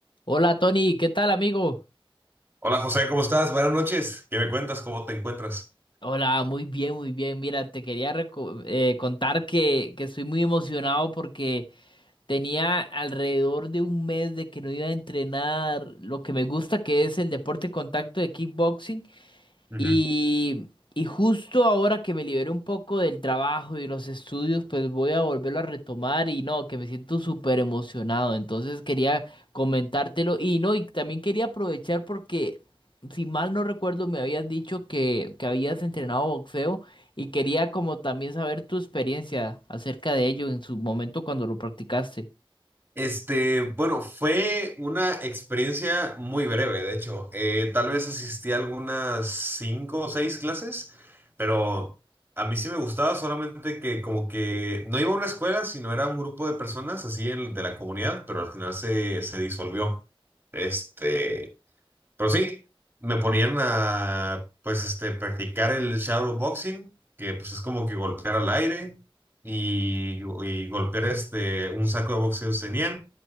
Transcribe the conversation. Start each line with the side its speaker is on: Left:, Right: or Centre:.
Left: Hola Tony, ¿qué tal amigo?
Right: Hola José, ¿cómo estás? Buenas noches. ¿Qué me cuentas? ¿Cómo te encuentras?
Left: Hola, muy bien, muy bien. Mira, te quería reco- eh, contar que, que estoy muy emocionado porque tenía alrededor de un mes de que no iba a entrenar lo que me gusta, que es el deporte de contacto de kickboxing.
Right: Ujú.
Left: Y, y justo ahora que me liberé un poco del trabajo y los estudios, pues voy a volverlo a retomar y no, que me siento súper emocionado. Entonces quería comentártelo y no, y también quería aprovechar porque, si mal no recuerdo, me habías dicho que, que habías entrenado boxeo y quería como también saber tu experiencia acerca de ello en su momento cuando lo practicaste.
Right: Este, bueno, fue una experiencia muy breve, de hecho. Eh, tal vez asistí a algunas cinco o seis clases, pero a mí sí me gustaba, solamente que como que no iba a una escuela, sino era un grupo de personas así el- de la comunidad, pero al final se, se disolvió. Este, Pero sí, me ponían a, pues, este, practicar el shadowboxing, que pues es como que golpear al aire y, y golpear este, un saco de boxeo que tenían.